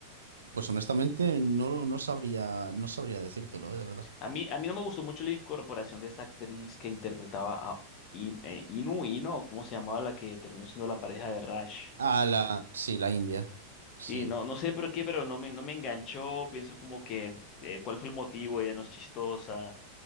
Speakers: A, on the right; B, on the left.
A: pues honestamente no, no sabría, no sabría decírtelo, eh, de verdad.
B: A mí, a mí no me gustó mucho la incorporación de esta actriz que interpretaba a In- eh, Inu Ino, ¿cómo se llamaba la que terminó siendo la pareja de Rush?
A: Ah, la, sí, la India. Sí.
B: Sí, no, no sé por qué, pero no me, no me enganchó. Pienso como que, eh, ¿cuál fue el motivo? Ella no es chistosa.